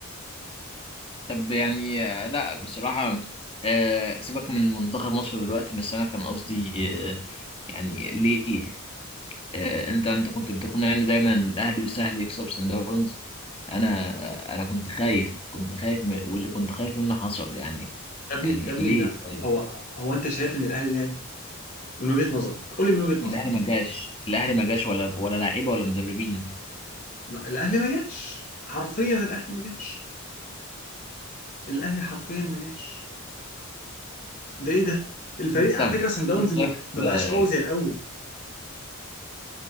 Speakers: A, on the left; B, on the left.
A: طب يعني آه، لا بصراحه آه، سيبك من منتخب مصر دلوقتي بس انا كان قصدي آه، يعني ليه آه، انت انت كنت بتكون يعني دايما الاهلي سهل يكسب سان داونز انا آه، انا كنت خايف كنت خايف من واللي كنت خايف منه حصل يعني
B: يا ابني
A: يعني
B: يا ابني
A: ليه
B: ده
A: طيب
B: هو هو انت شايف ان الاهلي لعب من وجهه نظرك قول لي من وجهه نظرك
A: الاهلي ما جاش الاهلي ما جاش ولا ولا لعيبه ولا مدربين
B: ما- الاهلي ما جاش حرفيا الاهلي ما جاش الاهلي حرفيا ما جاش ده ايه ده الفريق
A: انت
B: على فكره سان داونز
A: انت
B: ما
A: شايف
B: ما
A: آه،
B: بقاش قوي زي الاول